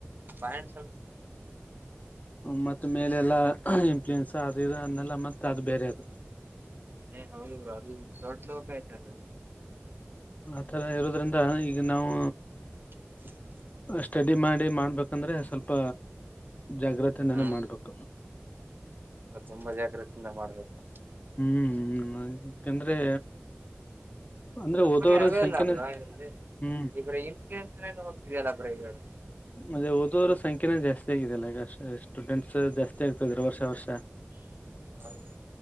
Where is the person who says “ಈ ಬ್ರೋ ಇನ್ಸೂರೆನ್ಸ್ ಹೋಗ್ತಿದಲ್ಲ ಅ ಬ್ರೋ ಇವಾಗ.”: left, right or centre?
Right